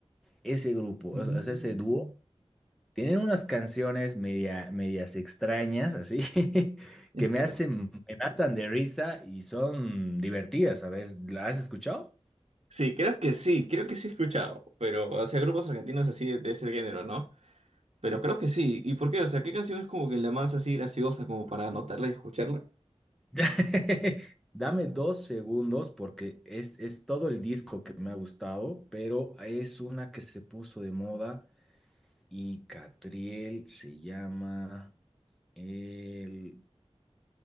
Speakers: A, in the centre; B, on the right.
A: ese grupo,
B: Mm.
A: o sea, ese dúo, tienen unas canciones media, medias extrañas, así, <laughs> que me
B: Claro.
A: hacen, me matan de risa y son divertidas, a ver, ¿la has escuchado?
B: Sí, creo que sí, creo que sí he escuchado, pero, o sea, grupos argentinos así de, de ese género, ¿no? Pero creo que sí. ¿Y por qué? O sea, ¿qué canción es como que la más así graciosa como para anotarla y escucharla?
A: <laughs> Dame dos segundos porque es, es todo el disco que me ha gustado, pero es una que se puso de moda y Catriel se llama el,